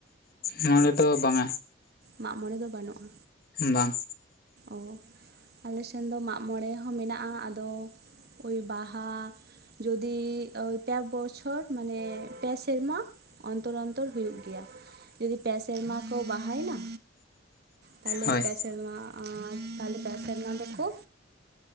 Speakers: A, on the left (about 50°); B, on the right (about 50°).
A: ᱱᱚᱣᱟ ᱨᱮᱫᱚ ᱵᱟᱝ-ᱟ
B: ᱢᱟᱜᱽ ᱢᱚᱬᱮ ᱫᱚ ᱵᱟᱹᱱᱩᱜᱼᱟ᱾
A: ᱵᱟᱝ
B: ᱚ ᱟᱞᱮ ᱥᱮᱱ ᱫᱚ ᱢᱟᱜᱽ ᱢᱚᱬᱮ ᱦᱚᱸ ᱢᱮᱱᱟᱜᱼᱟ᱾ ᱟᱫᱚ ᱳᱭ ᱵᱟᱦᱟ ᱡᱩᱫᱤ ᱳᱭ ᱯᱮ ᱵᱚᱪᱷᱚᱨ ᱢᱟᱱᱮ ᱯᱮ ᱥᱮᱨᱢᱟ ᱚᱱᱛᱚᱨ ᱚᱱᱛᱚᱨ ᱦᱩᱭᱩᱜ ᱜᱮᱭᱟ᱾ᱡᱩᱫᱤ ᱯᱮ ᱥᱮᱨᱢᱟ ᱠᱚ ᱵᱟᱦᱟᱮᱱᱟ ᱛᱟᱦᱚᱞᱮ
A: ᱦᱳᱭ
B: ᱯᱮ ᱥᱮᱨᱢᱟ ᱟᱨ ᱛᱟᱦᱚᱞᱮ ᱯᱮ ᱥᱮᱨᱢᱟ ᱫᱚᱠᱚ